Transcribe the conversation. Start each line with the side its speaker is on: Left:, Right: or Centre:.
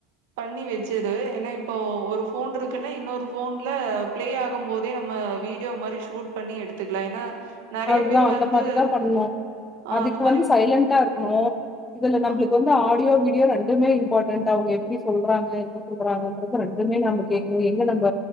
Right: பண்ணி வச்சிரு ஏன்னா இப்போ ஒரு ஃபோன்ருக்குன்னா இன்னொரு ஃபோன்ல பிளே ஆகும் போதே நம்ம வீடியோ மாதிரி ஷூட் பண்ணி எடுத்துக்கலா ஏன்னா நெறைய
Left: அதுதா
Right: பேர்
Left: அந்த
Right: வந்து
Left: மாதிரிதா பண்ணு
Right: அ
Left: அதுக்கு
Right: அந்த மாரி
Left: வந்து சைலன்டா இருக்கணு இதுல நம்பளுக்கு
Right: அ
Left: வந்து ஆ ஆடியோ வீடியோ ரெண்டுமே இம்பார்ட்டன்ட் அவங்க எப்டி சொல்றாங்க என்ன சொல்றாங்கன்றது ரெண்டுமே நம்ப கேக்கணு எங்க நம்ப